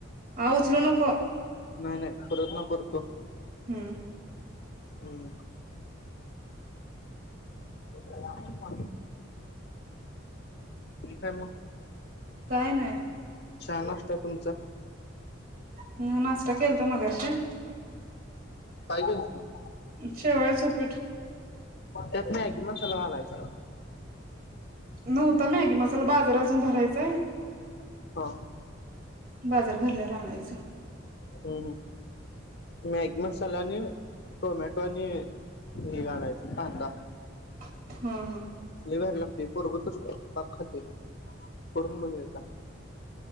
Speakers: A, on the right (about 45°); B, on the left (about 55°).
A: आ उचलु नको.
B: नाय नाय प्रयत्न करतो.
A: <unintelligible>
B: हूं ठिक आहे म
A: काय नाय
B: छान असत तुमच
A: म्या नाश्ता केलता मगाशी
B: काय केल ती
A: शेवाळयाचपीठ
B: त्यात मॅगी मसाला घालायचा
A: नव्हता मॅगी मसाला बाजार अजून भरायचाय
B: हो
A: बाजार भरल्यावर आणायचं
B: हं हं मॅगी मसाला आणि टोमॅटो आणि हे घालायच कांदा.
A: हम्म हम्म
B: लईभारी लागतंय पोरगं तर पाक खातंय करून बघ एकदा